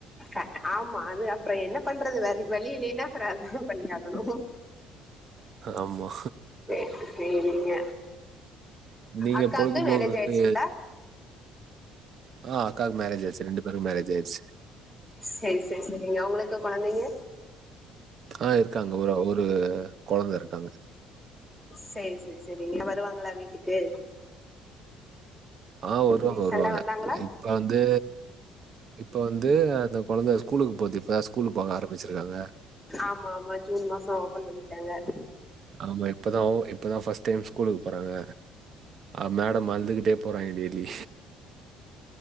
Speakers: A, in the centre; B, on the right.
A: அ ஆமா அது அப்ற என்ன பண்றது வேற வழி இல்லைனா அப்ற அதா பண்ணியாகணு
B: ஆமா.
A: சேரி சேரிங்க
B: நீங்க
A: அக்காக்கு
B: பொழுது
A: மேரேஜ்
B: போக்குக்கு
A: ஆயிடுச்சுங்களா
B: ஆ அக்காக்கு மேரேஜ் ஆய்ருச்சு ரெண்டு பேருக்கு மேரேஜ் ஆய்ருச்சு
A: சேரி சேரி சேரிங்க அவ்ங்களுக்கு கொழந்தைங்க
B: ஆ இருக்காங்க ஒரா ஒரு கொழந்த இருக்காங்க
A: சேரி சேரி சேரிங்க வருவாங்களா வீட்டுக்கு
B: ஆ வருவாங்க
A: ரீசண்டா
B: வருவாங்க
A: வந்தாங்களா
B: இப்ப வந்து இப்ப வந்து அந்த கொழந்த ஸ்கூலுக்கு போது இப்ப ஸ்கூலுக்கு போக ஆரம்மிச்சிருக்காங்க
A: ஆமா ஆமா ஜூன் மாச ஓப்பன் பண்ணிட்டாங்க
B: ஆமா இப்பதா இப்பதா ஃபஸ்ட் டைம் ஸ்கூலுக்கு போறாங்க அ மேடம் அழுதுக்கிட்டே போறாங்க டெய்லி